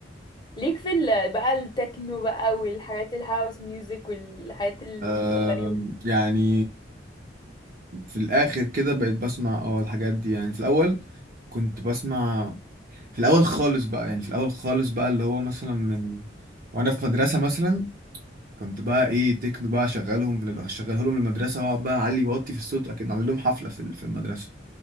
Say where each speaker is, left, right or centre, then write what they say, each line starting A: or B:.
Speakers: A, on the left (about 25°); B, on the right (about 50°).
A: ليك في ال- بقى التكنو بقى والحاجات الهاوس ميوزك والحاجات الغريبة
B: آم، يعني في الآخر كده بقيت بسمع اه الحاجات دي يعني في الأول كنت بسمع في الأول خالص بقى يعني في الأول خالص بقى اللي هو مثلا من وأنا في مدرسة مثلا كنت بقى إيه تكنو بقى شغالهم في شغاله لهم للمدرسة وأقعد بقى أعلي وأوطي في الصوت أكيد أعمل لهم حفلة في ال- في المدرسة